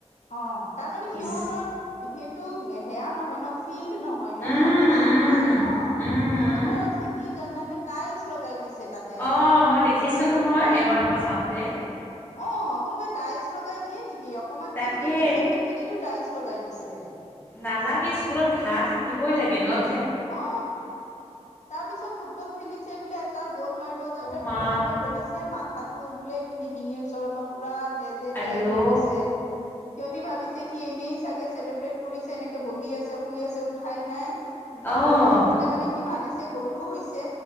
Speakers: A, on the left (about 80°); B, on the left (about 15°).
A: অ তাৰমানে সিহঁতৰ।
B: ইচ।
A: সেইটো হেয়া নহয় নহ ফিল্ড নহয় নহ
B: উম,
A: ঘাঁহ
B: উম।
A: নাই নহ।
B: উম।
A: সিহঁতৰ আছে কি জানানে টাইলছ লগাই দিছে। তাতে আকৌ
B: অ মই দেখিছোঁ নহয় এবাৰ মই যাওঁতে।
A: অ কোনোবাই টাইলছ লগাই দিয়ে নেকি। কি অকমান
B: তাকে
A: যি ফিল্ড আছিল সেইখিনিটো টাইলছ লগাই দিছে।
B: নালাগে স্কুলত ঘাঁহ থাকিবই লাগে নহ।
A: অ তাৰপিছত ফুটবল খেলিছে বোলে এটা। গ'ল মাৰিব যাওঁতে
B: অ' মা
A: ঢাপাং কে পৰিছে মাথাটো বোলে সিখিনি ডিঙিৰ ওচৰৰ পৰা পুৰা তেজে,
B: আইঔ।
A: তেজ। হৈ গৈছে সিহঁতি ভাবিছে। সি এনেই চাগে চেলিব্ৰেট কৰিছে এনেকে বহি আছে শুই আছে উঠাই নাই।
B: অ',
A: ইফালে মানে সি মাৰিছে গ'লো হৈছে